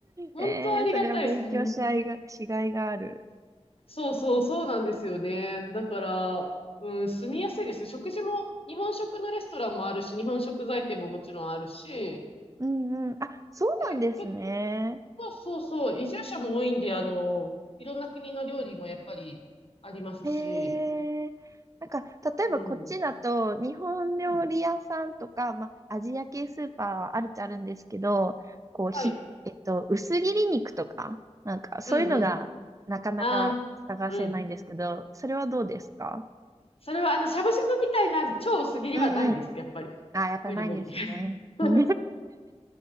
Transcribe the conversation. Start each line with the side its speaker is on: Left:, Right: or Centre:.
Left: 本当ありがたいです。
Right: えー、それは勉強しがいが、
Left: うん
Right: しがいがある。
Left: そうそう、そうなんですよね。だから、うん、住みやすいですよ。食事も、日本食のレストランもあるし、日本食材店ももちろんあるし、
Right: うんうん。あ、そうなんですね。
Left: で、結そうそうそう、移住者も多いんで、あの、いろんな国の料理もやっぱりありますし、
Right: へえなんか、例えばこっちだと、
Left: うん。う
Right: 日本料理屋さんとか、
Left: ん。
Right: まあ、アジア系スーパーはあるっちゃあるんですけど、こう、
Left: はい。
Right: ひ、えっと、薄切り肉とか、なんか、そういうのがなかなか探せないんですけど、
Left: うんうん。ああ、うん。
Right: それはどうですか
Left: それは、あの、しゃぶしゃぶみたいな超薄切りはないです、
Right: うん
Left: やっぱり。
Right: あ、やっぱないんですね。
Left: 無理無理。<laughs>
Right: <laughs> な